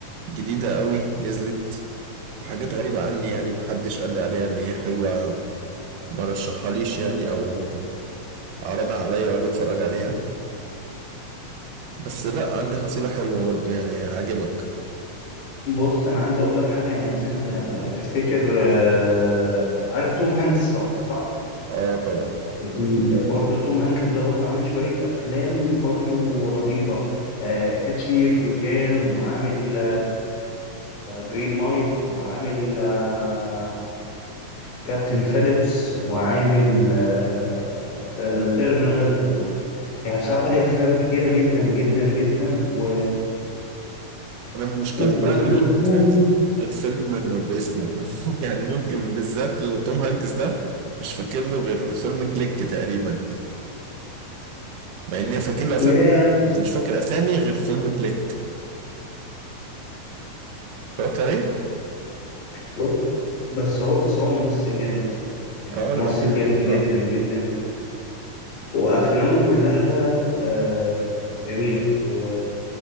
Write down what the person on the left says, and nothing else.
بص انا عايز اقول لك حاجه يعني مثلا انت لو تفتكر آه، عارف توم هانكس طبعا صح
<laughs> برضو توم هانكس ده برضو عامل شويه افلام برضو رهيبه كاتش مي اف يو كان وعامل جرين مايل وعامل آه، كابتن فيليبس وعامل آه، بتاع ذا تيرمينال و... يعني بصراحة ليه أفلام كتيرة جدا جدا جدا و...
وكلهم
ياه
بص- بس هو بس هو ممثل جامد بصراحة يعني
ممثل
جامد
جدا جدا وأفلامه كلها آه، جميلة و